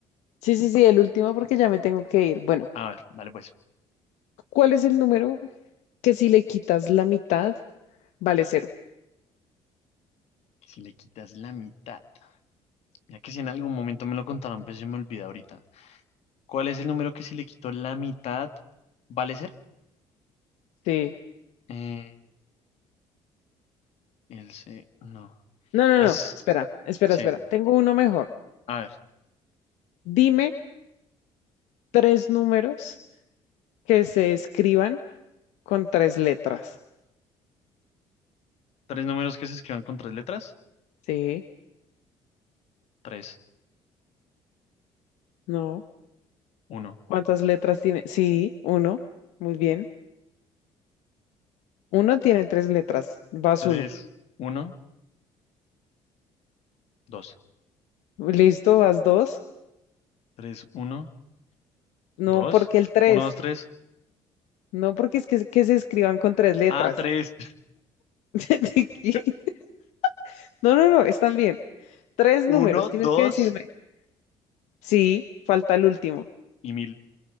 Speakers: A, on the left; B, on the left.
A: Sí, sí, sí, el último porque ya me tengo que ir. Bueno,
B: A ver, dale pues.
A: ¿cuál es el número que si le quitas la mitad vale cero?
B: Si le quitas la mitad. Ya que si en algún momento me lo contaron, pero se me olvida ahorita. ¿Cuál es el número que si le quito la mitad vale ser?
A: Sí.
B: Eh, el C, no.
A: No, no,
B: Es,
A: no. Espera, espera,
B: sí.
A: espera. Tengo uno mejor.
B: A ver,
A: Dime tres números que se escriban. Con tres letras.
B: tres números que se escriban con tres letras.
A: Sí,
B: Tres,
A: no.
B: uno,
A: ¿Cuántas letras tiene? Sí, uno. Muy bien. Uno tiene tres letras. Vas
B: tres,
A: uno.
B: uno, dos.
A: Listo, vas dos.
B: Tres, uno,
A: No,
B: dos.
A: porque el tres.
B: Uno, dos, tres.
A: No, porque es que, que se escriban con tres letras.
B: Ah, tres.
A: <laughs>
B: <laughs>
A: No, no, no, están bien. Tres números,
B: Uno,
A: tienes
B: dos
A: que decirme. Sí, falta el último.
B: y mil.